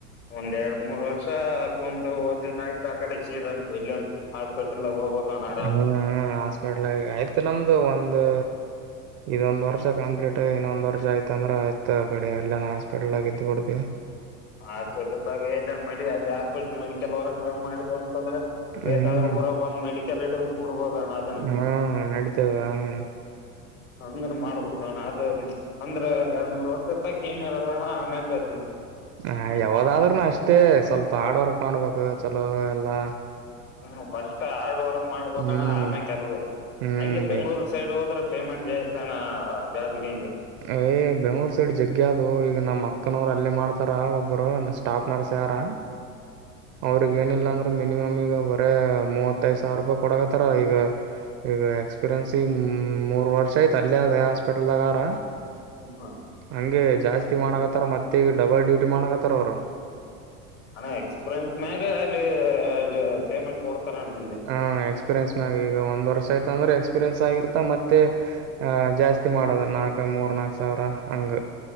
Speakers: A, on the left; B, on the right.
A: ಒಂದ್ ಎರಡ್ ಮೂರ್ ವರ್ಷ ಕುಂತು ಓದಿದ ಆಯ್ತು ಆ ಕಡೆ ಸೀದ ನೀ ಇಲ್ಲ ಹಾಸ್ಪಿಟಲ್ದಾಗ ಹೋಗ್ಬೋದಣ ಆರಾಮ್
B: ಹ್ಮ್
A: ನಾವು
B: ಹಾಸ್ಪಿಟ್ಲ್ ಆಯ್ತು ನಮ್ದು ಒಂದು
A: <inaudible>
B: ಇದೊಂದ್ ವರ್ಷ ಕಂಪ್ಲೀಟ್ ಇನ್ನೊಂದ್ ವರ್ಷ ಆಯ್ತಂದ್ರ ಆಯ್ತ್ ಆ ಕಡೆ ಎಲ್ಲ ನಾ ಹಾಸ್ಪಿಟಲ್ಗ ಇದ್ದ್ ಬಿಡ್ತಿವಿ
A: ಆಸ್ಪಿಟಲ್ದಾಗ ಎಲ್ಲ ಅಲ್ಲಿ ಹಸ್ಪಿಟಲ್ ಮಡಿಕಲ್ರ ಮಾಡ ಂದ್ರೆ
B: ಹ್ಮ್
A: ಬೇಕಾದ್ರೂ ಊರಾಗ ಒಂದ್ ಮೆಡಿಕಲ್ ಇ ಕುಡ್ಬೋದಣ ಅದನ್ನು
B: ಹಾ ನಡೀತದ
A: ಅಂದ್ರ ಮಾಡ್ಬೋುದ ಅಣ್ಣ ಅದು ಅಂದ್ರ ಎರಡ್ ಮೂರ್ ವರ್ಷ ತಕ ಏನ ಇರಲ್ಲ ಅಣ್ಣ ಆಮ್ಯ ಕ
B: ಹ ಯಾವದಾದ್ರೂನು ಅಷ್ಟೇ ಸ್ವಲ್ಪ ಹಾರ್ಡ್ ವರ್ಕ್ ಮಾಡ್ಬೇಕು ಚಲೋ ಎಲ್ಲಾ
A: ಹ್ಮ ಫಸ್ಟ್ ಹಾರ್ಡ್ ವರ್ಕ್ ಮಾಡ್ಬೇಕಣ
B: ಹ್ಮ್
A: ಆಮ್ಯ ಕೆಲ್
B: ಹ್ಮ್
A: ಹಂಗೆ ಬೆಂಗ್ಳೂರ್ ಸೈಡ್ ಹೋದ್ರೆ ಪೇಮೆಂಟ್ ಜಾಸ್ ಅಣ್ಣ ಜಾಬ್ಗೆ ಇಗೆ
B: ಏ್ ಬೆಂಗ್ಳೂರ್ ಸೈಡ್ ಜಗ್ಗೆ ಅದು ಈಗ ನಮ್ಮ ಅಕ್ಕನವರು ಅಲ್ಲೇ ಮಾಡ್ತಾರ ಒಬ್ಬರು ಸ್ಟಾಫ್ ನರ್ಸ್ ಯಾರ ಕಾರ ಅವ್ರಗ್ ಏನಿಲ್ಲ ಅಂದ್ರ ಮಿನಿಮಮ್ ಈಗ ಬರ ಮೂವತ್ತೈದ್ ಸಾವಿರ ರೂಪಾಯಿ ಕೊಡಕತ್ತಾರ ಈಗ ಈಗ ಎಕ್ಸ್ಪೀರಿಯೆನ್ಸ್ ಈಗ ಮೂರ್ ವರ್ಷ ಆಯತ ಅಲ್ಲ ಅದ ಹಾಸ್ಪಿಟಲ್ದಾಗಾರ
A: ಹ್ಮ ಅಣ್ಣ
B: ಹಂಗೆ ಜಾಸ್ತಿ ಮಾಡಕತ್ತಾರ ಮತ್ತೆ ಈಗ ಡಬಲ್ ಡ್ಯೂಟಿ ಮಾಡಕತ್ತಾರ ಅವರು
A: ಹಣ್ಣ ಎಕ್ಸ್ಪೀರಿಯನ್ಸ್ ಮ್ಯಾಗ ಅಲ್ಲಿ ಸೇಮೆಂ ಕೊಡ ಣ ಅೆ
B: ಹ ಎಕ್ಸ್ಪೀರಿಯನ್ಸ್ ಮ್ಯಾಗ ಈಗ ಒಂದ್ ವರ್ಷ ಆಯ್ತಂದ್ರೆ ಎಕ್ಸ್ಪೀರಿೆನ್ಸ್ ಆಗಿರತ್ತ ಮತ್ತೆಹ ಜಾಸ್ತಿ ಮಾಡೋದ ನಾಲ್ಕ ಮೂರ್ ನಾಕು ಸಾವಿರ ಹಂಗ